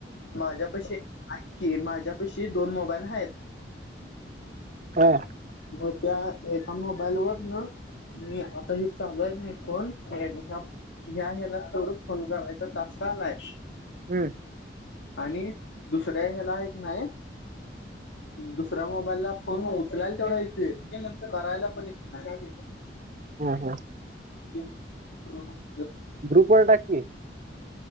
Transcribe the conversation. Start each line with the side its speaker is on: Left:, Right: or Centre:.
Left: माझ्या पशीी माझ्या पशी दोन मोबाईल आहेत <inaudible>
Right: हम <inaudible>
Left: मग त्या एका मोबाईल वर न मी आता हे चालय नाही फोन <unintelligible> ह्या, ह्याला तोडू? फोन करायचा टास्क् आलाय?
Right: हम्म!
Left: आणि दुसऱ्या ह्याला, एक नाही, दुसऱ्या मोबाईल ला फोन उचलाला तेवढं येतयं. नंतर करायला पण <unintelligible> हा, का घेतो?
Right: हम्! हम्म!
Left: एक <unintelligible>
Right: ग्रुप वर टाक की.